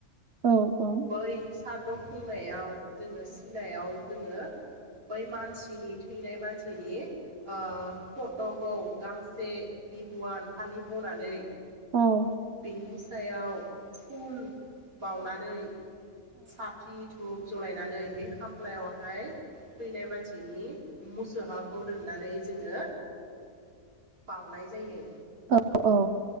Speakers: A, on the right; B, on the right.
A: औ
B: बै सारद' खुंनायाव जोङो सिलायाव जोङो बै मानसिनि थैनाय मानसिनि ओ फट'खौ गांसे बिहुवान फालि ब'नानै
A: नोंथां
B: बेनि सायाव फुल बावनानै साथि धुप जलायनानै बे खामफ्लायावहाय थैनाय मानसिनि मुसोहाखौ दोननानै जोङो बउनाय जायो।
A: औ औ।